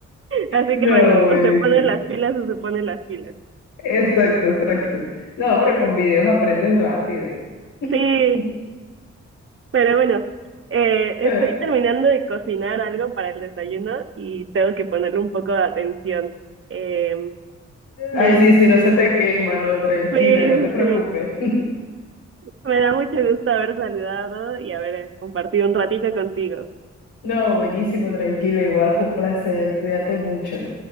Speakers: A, on the right (about 45°); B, on the left (about 80°).
A: así
B: No,
A: que bueno,
B: buenísimo.
A: o se ponen las pilas o se ponen las pilas.
B: Exacto, exacto. No, pero con videos aprenden rápido. <laughs>
A: Sí, Pero bueno, eh,
B: Eh,
A: estoy terminando de cocinar algo para el desayuno y tengo que ponerle un poco de atención. Eh, me,
B: Ay, sí, si no se te quema, no, tranquila,
A: sí,
B: no te preocupes.
A: sí,
B: <laughs>
A: me da mucho gusto haber saludado y haber compartido un ratito contigo.
B: No, buenísimo, tranquila, igual fue un placer. Cuídate mucho.